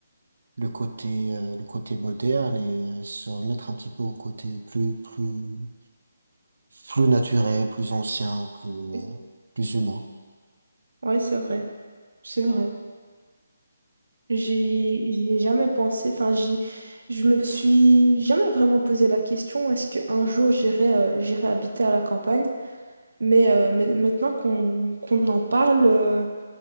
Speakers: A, on the right; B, on the right.
A: le côté euh, le côté moderne et euh, se remettre un petit peu au côté plus plus plus naturel, plus ancien, plus euh,
B: Oui.
A: plus humain.
B: Ouais, c'est vrai. C'est vrai. J'y j'y ai jamais pensé. Enfin, j'y, je me suis jamais vraiment posé la question, est-ce qu'un jour j'irai euh, j'irai habiter à la campagne? Mais, euh, mais maintenant qu'on qu'on en parle, euh,